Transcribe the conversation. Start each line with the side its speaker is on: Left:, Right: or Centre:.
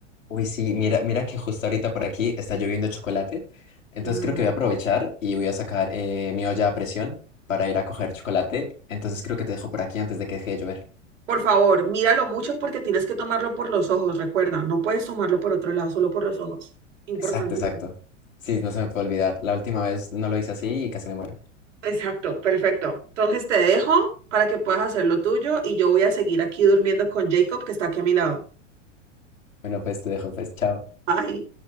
Left: Uy, sí, mira, mira que justo ahorita por aquí está lloviendo chocolate. Entonces
Right: Mm.
Left: creo que voy a aprovechar y voy a sacar eh, mi olla a presión para ir a coger chocolate. Entonces creo que te dejo por aquí antes de que deje de llover.
Right: Por favor, míralo mucho porque tienes que tomarlo por los ojos, recuerda, no puedes tomarlo por otro lado, solo por los ojos. Importantísimo.
Left: Exacto, exacto. Sí, no se me puede olvidar. La última vez no lo hice así y casi me muero.
Right: Exacto, perfecto. Entonces te dejo para que puedas hacer lo tuyo y yo voy a seguir aquí durmiendo con Jacob que está aquí a mi lado.
Left: Bueno, pues te dejo, pues, chao.
Right: Bye.